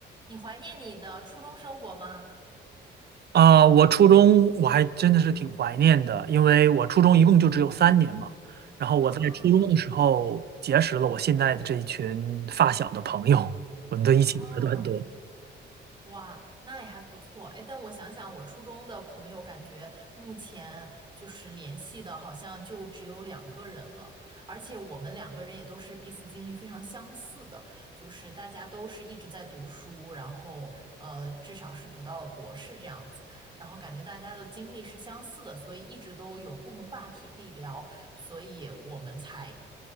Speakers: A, on the right; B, on the right.
A: 你怀念你的初中生活吗？
B: 啊、我初中我还真的是挺怀念的，因为我初中一共就只有三年嘛。然后我在初中的时候结识了我现在的这一群发小的朋友，
A: 啊，
B: 我们都一起玩的很多。
A: 哦，哇，那也还不错。哎，但我想想，我初中的朋友，感觉目前就是联系的，好像就只有两个人了。而且我们两个人也都是彼此经历非常相似的，就是大家都是一直在读书，然后呃，至少是读到了博士这样子。然后感觉大家的经历是相似的，所以一直都有共同话题可以聊，所以我们才